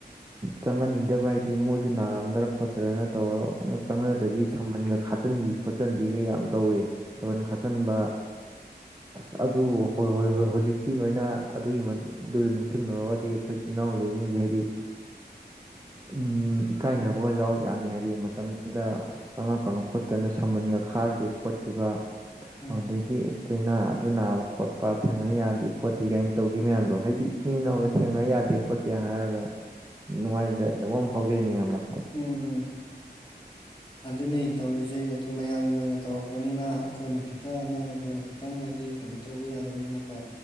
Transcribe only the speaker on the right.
ꯆꯪꯍꯟꯅꯤꯡꯗꯕ ꯍꯥꯏꯗꯤ ꯃꯣꯏꯁꯨ ꯅꯥꯔꯝꯗ꯭ꯔ ꯈꯣꯠꯇꯔꯅ ꯇꯧꯔꯒ ꯆꯪꯅꯗꯕꯤ ꯁꯃꯟꯒ ꯀꯠꯆꯤꯟꯕꯤ ꯈꯣꯠꯆꯤꯟꯕꯤꯒ ꯌꯥꯝ ꯇꯧꯋꯦ ꯁꯝꯕꯟ ꯈꯥꯆꯤꯟꯕ ꯑꯁ ꯑꯗꯨ ꯍꯣꯏ ꯍꯣꯏ ꯍꯣꯏ ꯍꯧꯖꯤꯛꯇꯤ ꯅꯣꯏꯅ ꯑꯗꯨꯒꯤ ꯑꯗꯨꯗ ꯅꯤꯡꯁꯤꯡꯅꯔꯨꯒꯗꯤ ꯑꯩꯈꯣꯏ ꯏꯆꯤꯟ ꯏꯅꯥꯎ ꯂꯩꯔꯤꯉꯩꯁꯦ ꯍꯥꯏꯗꯤ ꯎꯝ ꯏꯀꯥꯏꯅꯕꯒ ꯌꯥꯎꯔꯛ ꯌꯥꯅꯤ ꯍꯥꯏꯗꯤ ꯃꯇꯝꯗꯨꯗ ꯑꯁ ꯆꯪꯉꯛꯀꯅꯨ ꯈꯣꯠꯀꯅꯨ ꯁꯝꯕꯟꯒ ꯈꯥꯈꯤꯕ ꯈꯣꯠꯈꯤꯕ
ꯑꯗꯨꯗꯒꯤ
ꯂꯩꯅꯥ ꯑꯗꯨ ꯅꯥꯕ ꯈꯣꯠꯄ ꯊꯦꯡꯅ ꯌꯥꯗꯦ ꯈꯣꯠꯇꯦ ꯀꯥꯏꯅ ꯇꯧꯒꯤ ꯃꯌꯥꯝꯗꯣ ꯍꯥꯏꯩꯗꯤ ꯏꯆꯤꯟ
ꯏꯅꯥꯎꯖꯦ ꯊꯦꯡꯅ ꯌꯥꯗꯦ ꯈꯣꯠꯇꯦ ꯍꯥꯏꯔꯒ ꯅꯨꯡꯉꯥꯏꯖꯗꯕ ꯑꯃ ꯐꯥꯎꯖꯩꯅꯦ ꯑꯌꯥꯝꯕ
<inaudible>